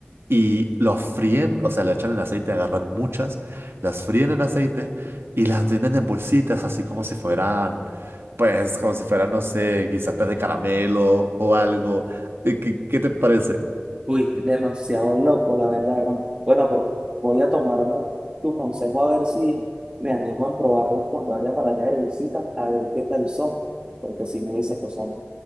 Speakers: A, on the right; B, on the right.
A: y los fríen, o sea, le echan en aceite, agarran muchas, las fríen en aceite y las venden en bolsitas, así como si fueran, pues, como si fueran, no sé, guisantes de caramelo o algo. Eh, ¿Qué, qué te parece?
B: Uy, demasiado loco, la verdad, hermano. Bueno, pero voy a tomar la- tu consejo a ver si me animo a probarlos cuando vaya para allá de visita, a ver qué tal son. Porque si me dicen que son